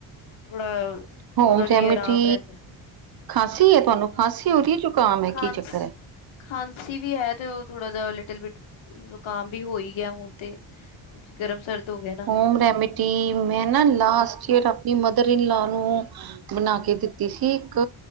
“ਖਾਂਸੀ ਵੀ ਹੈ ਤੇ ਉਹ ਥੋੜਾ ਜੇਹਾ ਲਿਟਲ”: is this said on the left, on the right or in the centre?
Left